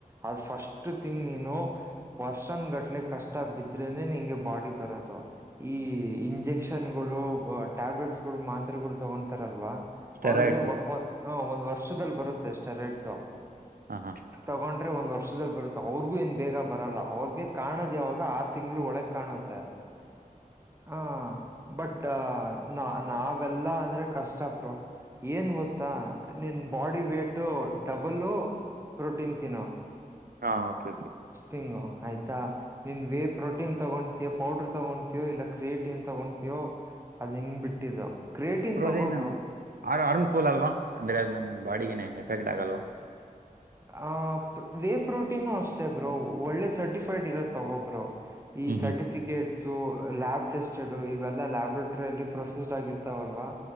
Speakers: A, on the right (about 20°); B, on the right (about 85°).
A: ಅದು ಫಸ್ಟ್ ಥಿಂಗ್ ನೀನು. ವರ್ಷನ್ ಗಟ್ಲೆ ಕಷ್ಟ ಬಿದ್ರೆನೆ ನಿಂಗೆ ಬಾಡಿ ಬರದು ಈ ಇಂಜೆಕ್ಷನ್ಗಳು ಟ್ಯಾಬ್ಲೆಟ್ಸ್ಗಳು ಮಾತ್ರೆಗಳು ತಗೊತಾರಲ್ವಾ.
B: ಸ್ಟೆರೈಡ್ಸು
A: ಅವ್ರಿಗೆ ಹ ಒಂದ್ ವರ್ಷದಲ್ಲಿ ಬರುತ್ತೆ ಅಷ್ಟೇ ರೆಡ್. ಸ.
B: ಹ ಹಾ
A: ತಗೊಂಡ್ರೆ ಒಂದ್ ವರ್ಷ. ಬರುತ್ತೆ ಅವ್ರಿಗೂ ಏನ್ ಬೇಗ. ಬರಲ್ಲ ಅವ್ರಿಗೆ ಕಾರಾಣದ ಯಾವಾಗ ಆರ್. ತಿಂಗಳು ಒಳಗ ಕಾಣುತ್ತೆ ಹಾ. ಬಟ್ ನ ನಾವೆಲ್ಲ ಅಂದ್ರೆ ಕಷ್ಟ ಬ್ರೋ ಏನ್ ಗೊತ್ತಾ ನಿನ್ ಬಾಡಿ ವೇಟು ಡಬಲು ಪ್ರೋಟೀನ್ ತಿನ್ನೋ.
B: ಹಾ ಓಕೆ ಕೆ
A: ತಿಂಗೋ ಆಯ್ತಾ. ನಿನ್ ವೇ ಪ್ರೋಟೀನ್ ತಗೊಂಡ. ಪೌಡ್ರ ತಗೊತಿಯೋ ಇಲ್ಲ ಕ್ರಿಯೇಟಿನ್ ತಗೊತೀವೋ ಅದು ನಿಂಗ್ ಬಿಟ್ಟಿದ್ದು ಕ್ರಿಯೇಟಿನ್
B: ಬ್ರೋದೇನು
A: ತೊಗೊ ಬ್ರೋ
B: ಆರ್ ಆರ್ ಫುಲ್ ಅಲ್ವಾ ಅಂದ್ರೆ ನಮ್ ಬಾಡಿಗೆನೆ ಎಫೆಕ್ಟ್ ಇದ್ ಆಗಲ್ವಾ
A: ಆಹ ವೇ ಪ್ರೋಟೀನು ಅಷ್ಟೇ ಬ್ರೋ ಒಳ್ಳೆ ಸರ್ಟಿಫೈಡ್ ಇರೋ ತಗೊಬ್ರೊ ಈ
B: ಹ್ಮ್ ಹ್ಮ್
A: ಸರ್ಟಿಫಿಕೇಟ್ ಸೊ ಲ್ಯಾಬ್ ಟೆಸ್ಟೆಡ್ ಇವೆಲ್ಲ ಲ್ಯಾೋರೇಟರಿ ಅಲ್ಲಿ ಪ್ರೊಸೆಸ್ಡ್ ಆಗಿರ್ತಾವಲ್ ಲ್ವಾ